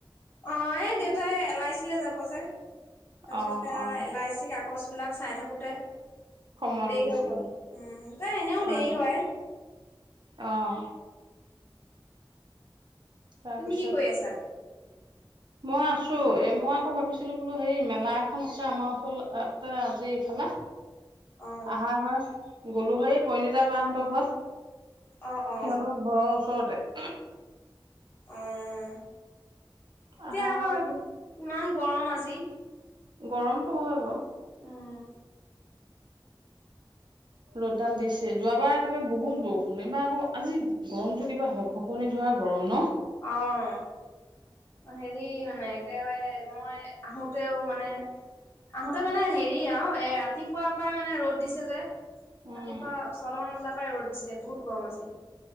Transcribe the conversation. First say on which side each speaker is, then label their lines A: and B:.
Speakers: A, on the left (about 25°); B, on the right (about 60°).
A: অ', এই দেউতাই এ লাই ছিলে যাব যে। তাৰ পিছত
B: অ
A: সেয়া
B: অ
A: এলাইচি কাগজ বিলাক চাই থাকোঁতে
B: সময়তো
A: দেৰি
B: গুচি
A: হৈ গল
B: যায়
A: উম তাই এনেও দেৰি
B: অ
A: হয়
B: অ'। তাৰপিছত
A: তুমি কি কৰি আছা?
B: মই আছো এ মই আকৌ ভাবিছিলো বোলো হেই মেলা এখন আছে আমাৰ <inaudible> আজি ইফালে।
A: অ
B: আহা হৈ গ'লো হৈ এই পৰিণীতা বাহতৰ ঘৰত
A: অ অ
B: সিহতৰ ঘৰৰ ওচৰতে <inaudible>
A: অ'। এতিয়া
B: আহা
A: আকৌ
B: হয় বোলো
A: ইমান গৰম আজি
B: গৰমটো হয় বাৰু।
A: উম
B: ৰ'দডাল দিছে যোৱাবাৰ একেবাৰে বহুত বৰষুণ এইবাৰ আকৌ আজি গৰমটো কিবা হপ হপনি ধৰা গৰম ন?
A: অ' হেৰি মানে একেবাৰে মই আহোতেও মানে আহোতে মানে হেৰি আৰু এ ৰাতিপুৱা পৰাই মানে ৰ'দ দিছে যে।
B: উম
A: ৰাতিপুৱা ছটামান বজাৰ পৰাই ৰ'দ দিছে বহুত গৰম আজি।